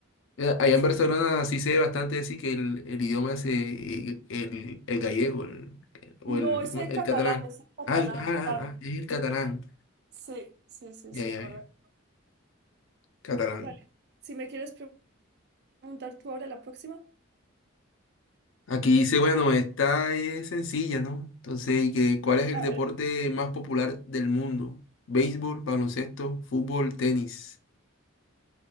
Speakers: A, on the left; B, on the right.
A: Eh, Allá
B: Sí.
A: en Barcelona sí se ve bastante así que el, el idioma es eh, el, el gallego el- el- o
B: No,
A: el,
B: ese
A: ¿cómo es?
B: es
A: el
B: catalán,
A: catalán.
B: ese es catalán,
A: Ah, el- ah,
B: claro.
A: ah, ah, es el catalán.
B: Sí, sí, sí,
A: Ya,
B: sí,
A: ya,
B: correcto.
A: ya. Catalán.
B: Vale, si me quieres preguntar tú ahora la próxima.
A: Aquí dice, bueno, esta es sencilla, ¿no? Entonces, ¿y que, cuál
B: A,
A: es el
B: a
A: deporte
B: ver,
A: más popular del mundo? Béisbol, baloncesto, fútbol, tenis.